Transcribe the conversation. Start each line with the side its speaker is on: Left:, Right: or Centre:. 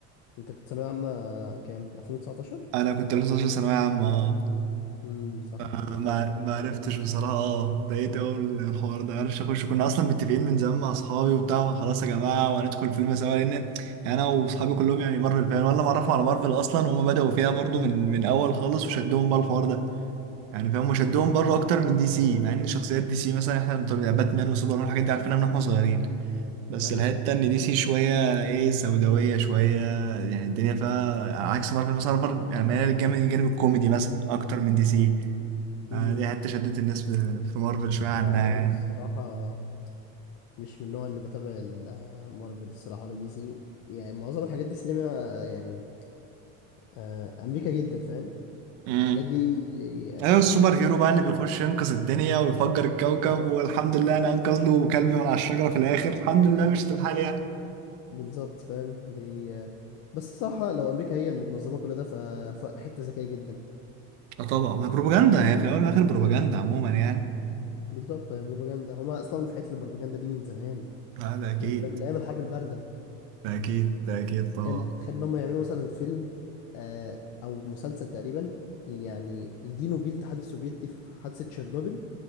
Left: انت كنت ثانويه عامه كام 2019
Right: انا كنت لسه 12 ثانويه عامه
Left: امم صح
Right: اه
Left: دي
Right: ما
Left: كانت فتره
Right: ما
Left: ثانويه
Right: عرفتش
Left: عامه
Right: بصراحه اه ضايقت قوي من الحوار ده عرفش اخش كنا اصلا متفقين من زمان مع اصحابي وبتاع خلاص يا جماعه وهندخل فيلم سوا لان انا واصحابي كلهم يعني مارفل فان ولا معرفهم على مارفل اصلا وهم بداوا فيها برضو من من اول خالص وشدهم بقى الحوار ده يعني فاهم وشدهم
Left: امم
Right: برضو اكتر من دي سي مع ان شخصيات دي سي مثلا احنا بنطلع- يعني باتمان وسوبرمان الحاجات دي عارفينها من واحنا صغيرين بس
Left: ايوه
Right: الحتة التانية دي سي شوية ايه سوداوية شوية يعني الدنيا فيها عكس مارفل مثلا مارفل يعني مايلة للجانب الجانب الكوميدي مثلا أكتر من دي سي آه،
Left: امم
Right: دي حتة شدت الناس في في مارفل شوية عنها
Left: لا هو
Right: يعني
Left: انا الصراحه مش من النوع اللي بتابع ال- مارفل الصراحه ولا دي سي يعني معظم الحاجات دي سينما يعني آه، امريكا جدا فاهم
Right: امم
Left: الحاجات دي آه،
Right: أيوة السوبر هيرو بقى اللي بيخش ينقذ الدنيا ويفجر الكوكب
Left: بالظبط
Right: والحمد لله أنا أنقذ له كلب من على الشجرة في الآخر الحمد لله مش الحال يعني
Left: بالظبط فاهم بي... آه، بس الصراحة لو أمريكا هي اللي منظمة كل ده ف... فحتة ذكية جدا
Right: اه طبعا ما بروباجندا هي في الأول والآخر بروباجندا
Left: مم.
Right: عموما يعني
Left: بالظبط هي بروباجندا هما أصلا في حتة البروباجندا دي من زمان
Right: آه ده أكيد
Left: من زمان من أيام الحرب الباردة
Right: ده أكيد ده أكيد طبعا
Left: تخيل تخيل إن هما يعملوا مثلا فيلم آه، أو مسلسل تقريبا يعني يدينوا بيه الاتحاد السوفيتي في حادثة تشيرنوبل